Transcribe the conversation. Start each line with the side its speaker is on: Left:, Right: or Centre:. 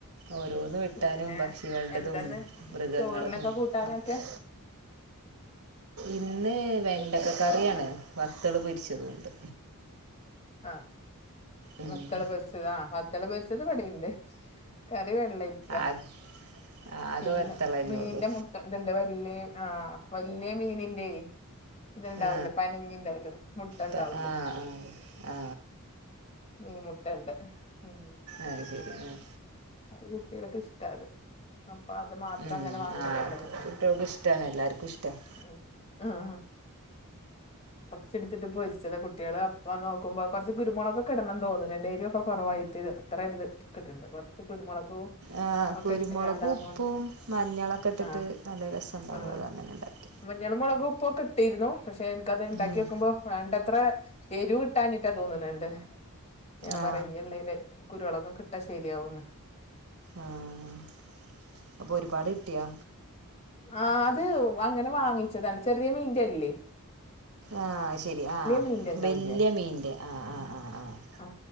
Right: ഓരോന്ന് വെട്ടാനും
Left: പിന്നെ
Right: പക്ഷികളടതും
Left: എന്താന്ന്
Right: മൃഗങ്ങളടതും
Left: ചോറിനൊക്കെ കൂട്ടാനൊക്കെ
Right: ഒക്കെ ഇന്ന് വെണ്ടക്കക്കറിയാണ് വത്തള് പൊരിച്ചതുണ്ട്
Left: ആ
Right: ഉം.
Left: വത്തള് പൊരിച്ചതാ വത്തള് പൊരിച്ചതിവിടിണ്ട് കറി വെള്ളരിക്ക
Right: ആകെ ആകെ
Left: പിന്നെ
Right: വത്തള തന്നെ
Left: മീന്റെ
Right: ഉള്ളൂ
Left: മുട്ട <unintelligible> വല്യ ആഹ് വല്യ മീനിന്റെ ഇത്ണ്ടാവില്ലേ
Right: ആ
Left: പനഞ്ഞിണ്ടാവലോ മുട്ട ഇണ്ടാവില്ലേ
Right: പ- ആ ആ
Left: മീ മുട്ടണ്ട് ഉം
Right: ആഹ് ശരി ആഹ്
Left: അത് കുട്ടികള്ക്ക് ഇഷ്ട അത്. അപ്പൊ അത് മാത്രം
Right: ഉം.
Left: അങ്ങനെ വാങ്ങിച്ച്
Right: ആ
Left: കൊണ്ടന്നിട്ടെ.
Right: കുട്ടികൾക്ക് ഇഷ്ടമാണ് എല്ലാവർക്കും ഇഷ്ടമാണ്
Left: മ് ആ <unintelligible> ചെടുത്തിട്ട് പൊരിച്ചതാ കുട്ടികള് അപ്പം നോക്കുമ്പോ കുറച്ചു കുരുമുളക്കെിടണംന്ന് തോന്നുന്നണ്ട് എരുക്കെ കൊറവായിട്ട് എത്ര ഇത് കിട്ടണ്ട് കുറച്ച് കുരുമുളകും
Right: ആഹ്
Left: ഒക്കെ
Right: കുരുമുളകും,
Left: ഇട്ട്ങ്ങാണ്ടാവുമ്പോ
Right: ഉപ്പും, മഞ്ഞളൊക്കെ ഇട്ടിട്ട്
Left: ആ
Right: നല്ല രസം ഉണ്ടാവും
Left: ആ
Right: അത് അങ്ങനെ ണ്ടാക്കിയാ
Left: മഞ്ഞളും, മുളക്, ഉപ്പൊക്കെട്ടിരുന്നു. പക്ഷെ എനിക്കത് ഇണ്ടാക്കി
Right: ഉം.
Left: നോക്കുമ്പോ വേണ്ടത്ര എരുവ് കിട്ടാഞ്ഞിട്ടാ തോന്നണണ്ട് ഞാൻ
Right: ആ
Left: പറയഞ്ഞിളില് കുരുമുളകൊക്കെ ഇട്ടാ ശരിയാകുന്ന്
Right: ആഹ് അപ്പൊ ഒരുപാട് കിട്ടിയോ
Left: ആഹ് അത് അങ്ങനെ വാങ്ങിച്ചതാണ് ചെറിയമീന്റെ അല്ലേയ്
Right: ആഹ് അശെരി ആഹ്
Left: മീന്റെ ഉണ്ടാവൂലേ
Right: വെല്യെ മീൻ്റെ ആഹഹ് ആഹ് ആഹ് ആഹ്
Left: ആ